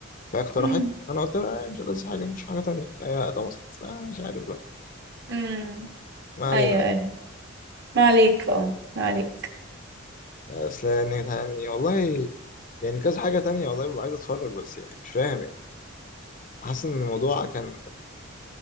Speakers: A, on the left; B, on the right.
A: فهي اقترحت
B: امم
A: فانا قلت لها آه، مش ألذ حاجه مش حاجه تانية فهي اتمصت آه، مش عارف بقى
B: امم
A: ما علينا
B: ايوه
A: يعني.
B: ايوه ما عليك اه ما عليك
A: اصل يعني يعني والله يعني كذا حاجة تانية والله ببقى عايز اتفرج بس يعني مش فاهم يعني حاسس ان الموضوع كان